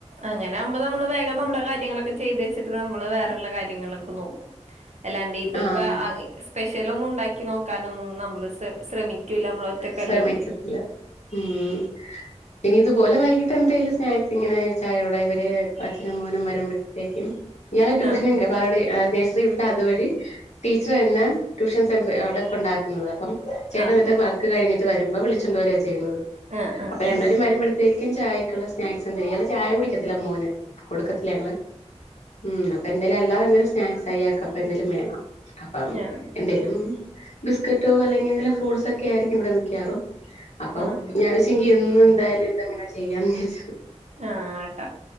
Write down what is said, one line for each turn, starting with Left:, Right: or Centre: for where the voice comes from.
Right: അങ്ങനാകുമ്പോ നമ്മള് വേഗം നമ്മുടെ കാര്യങ്ങളൊക്കെ ചെയ്ത് വെച്ച് ട്ട് നമ്മള് വേറുള്ള കാര്യങ്ങളൊക്കെ നോക്കും അല്ലാണ്ട് ഇത്പ്പ
Left: ആഹ്
Right: സ്പെഷ്യല് ഒന്നും ഉണ്ടാക്കി നോക്കാനൊന്നും നമ്മള് ശ്രമിക്കൂല്ല നമ്മള് ഒറ്റക്കല്ലേ
Left: ശ്രമിക്കത്തില്ല
Right: ഉള്ളൂ
Left: ഉം
Right: <inaudible>
Left: പിന്ന ഇതുപോലെ വൈകിട്ട് എന്തേലും സ്നാക്സ് ഇങ്ങനെ ചായേട കൂട ഇവര് അച്ഛനും മോനും വരുമ്പോഴത്തേക്കും ഇയാളെ ട്യൂഷനും
Right: ആഹ്
Left: കെ ബാലവാടി <unintelligible> ഉണ്ട് അതുവഴി ടീച്ചർ തന്ന ട്യൂഷൻ സെന്ററി അവിടെ ക്കൊണ്ടാക്കുന്നത അപ്പം ചേട്ടൻ
Right: ആഹ് അതെ
Left: എന്നിട്ട് വർക്ക് കഴിഞ്ഞിട്ട് വരുമ്പം വിളിച്ചോണ്ട് വരികയാ ചെയ്യുന്നത്
Right: ആഹ് ആഹ്
Left: അപ്പൊ രണ്ടേരും
Right: ആഹ്
Left: വരുമ്പഴ് ത്തേക്കും ചായക്കുള്ള സ്നാക്സ് എന്തെലും ഇയാള് ചായ കുടിക്കത്തില്ല മോന് കൊടുക്കത്തില്ല ഞങ്ങള് ഉം അപ്പൊ എന്തേലും അല്ലാതെ എന്തേലും സ്നാക്സ് അയാക്കപ്പ എന്തേലും വേണം അപ്പം
Right: ആഹ് ആഹ്
Left: എന്തേലും ബിസ്ക്കറ്റോ അല്ലങ്കി എന്തെലും ഫ്രൂട്ട്സ് ഒക്കെ ആയിരിക്കും ഇവിടെ മിക്കവാറും അപ്പൊ
Right: ആഹ്
Left: ഞാൻ ങ്കി ഇന്ന് എന്തായാലും ഇതെങ്ങനെ ചെയ്യാന്ന് വിചരിച്ചു
Right: ആഹ് ആട്ട